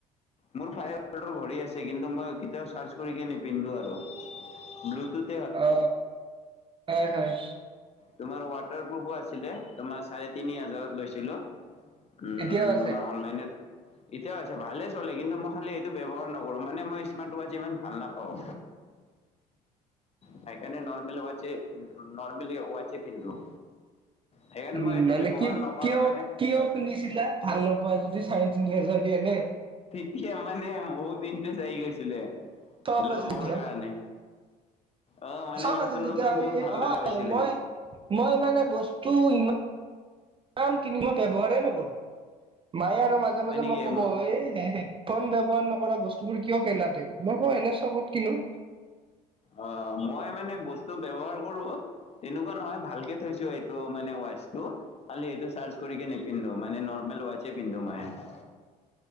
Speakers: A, on the left (about 30°); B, on the right (about 25°).
A: মোৰ ফায়াৰ্ডৰ ঘড়ী আছে কিন্তু মই কেতিয়াও চাৰ্চ কৰিকে নিপিন্ধোঁ আৰু। ব্লুটুত
B: অ, হয় হয়।
A: তোমাৰ ৱাটাৰপ্ৰুফো আছিলে। তোমাৰ চাৰে তিনি হাজাৰত লৈছিলো। উম
B: এতিয়াও আছে
A: তোমাৰ অনলাইনেত, এতিয়াও আছে ভালে চলে কিন্তু মই খালি এইটো ব্যৱহাৰ নকৰো, মানে মই স্মাৰ্ট ৱাচ ইমান ভাল নাপাওঁ। সেইকাৰনেে নৰ্মেল ৱাচ নৰ্মেল ৱাচ এ পিন্ধো। সেইকাৰণে
B: উম
A: মই এইটো
B: মানে
A: ব্যৱহাৰ
B: কি
A: নকৰাৰ
B: কিয়
A: কাৰণে
B: কিয় কিনিছিলা ভাল নোপোৱা যদি চাৰে তিনি হাজাৰ দি এনে?
A: <unintelligible> মানে বহুত ইণ্টাৰেষ্ট আহি গৈছিলে
B: চখ
A: লবৰ
B: আছিল তেতিয়া
A: কাৰণে। অ মানে
B: চখ
A: নতুন
B: আছিল তেতিয়া
A: নতুন বহুত ভাল
B: হয়,
A: লগা হৈছিলে
B: মই মই মানে বস্তু ইমান কিমান কিনি মই ব্যৱহাৰেই নকৰো, মায়ে আৰু মাজে
A: হয়
B: মাজে
A: নেকি
B: মই ক'ব
A: ম
B: এ ফোন ব্যৱহাৰ নকৰা বস্তুবোৰ কিয় কিনা <unintelligible> মই কওঁ এনে চখত কিনো।
A: অ', মই মানে বস্তু ব্যৱহাৰ কৰো। তেনেকুৱা নহয়, ভালকে থৈছো এইটো মানে ৱাচটো। খালি এইটো চাৰ্জ কৰি কি নিপিন্ধো মানে নৰ্মেল ৱাটচে পিন্ধো মই।